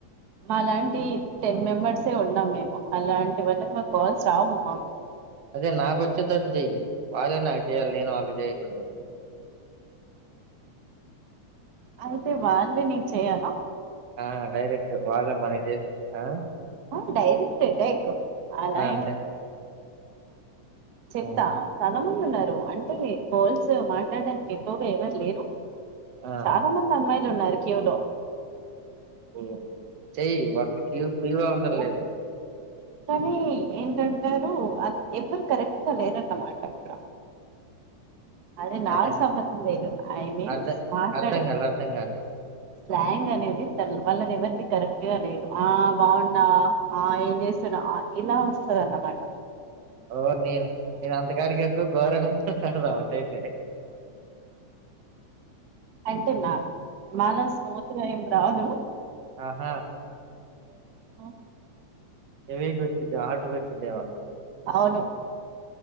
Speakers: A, on the right (about 80°); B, on the right (about 60°).
A: మాలాంటి టెన్ మెంబర్సే ఉన్నాం మేము అలాంటి వాల్లకు మాకు కాల్స్ రావు మాకు
B: అదే నాక వచ్చే తడితి చేయ్ వాళ్ళే నాకు చెయాలి నేను వాళ్ళకి చేయకూడదు
A: అయితే వాళ్ళే నీకు చెయాలా
B: ఆ డైరెక్ట్ వాళ్ళ మనకి ఆ
A: ఆ డైరెక్ట్ అటాక్ అలా
B: ఆ! అంతే.
A: ఏం చెప్తా
B: ఆ!
A: చాలా మంది ఉన్నారు అంటే కాల్స్ మాట్లాడడానికి ఎక్కువగా ఎవరు లేరు
B: ఆ!
A: చాలా మంది అమ్మాయిలు ఉన్నారు క్యూ లో
B: మ్ చెయ్యి వక్కకి క్యూ ఆఫర్
A: కానీ
B: లేదు
A: కానీ ఏంటంటారు అ ఎవరు కరెక్ట్ గా లేరన్నమాట అక్కడ అదే నాకు
B: అర్థం
A: సంబంధం లేదు ఐ మీన్స్
B: అర్ధ
A: మాట్లాడే
B: అర్థం కాలే అర్థం కాలే
A: స్లాంగ్ అనేది త్తరు వాళ్ళది ఎవరిది కరెక్ట్గా లేదు ఆ బాగున్నావా ఆ ఏం చేస్తున్నా అ ఇలా వస్తదన్నమాట
B: ఓ నేను నేను అంతగడానికి ఎక్కువ గౌరవం అంటడదా అటైతే
A: అంటే న మాల స్మూతగా ఎందు కాదు
B: అహ
A: అ
B: హెవీగా వచ్చిద్ది హార్డ్ గా వచ్చిదేమో
A: అవును